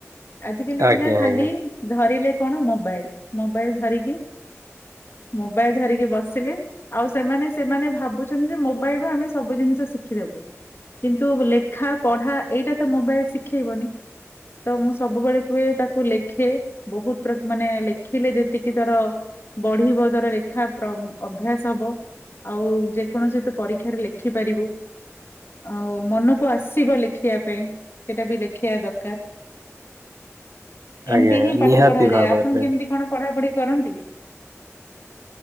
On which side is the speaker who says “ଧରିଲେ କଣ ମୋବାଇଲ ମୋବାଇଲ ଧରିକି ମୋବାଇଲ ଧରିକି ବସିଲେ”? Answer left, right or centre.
Left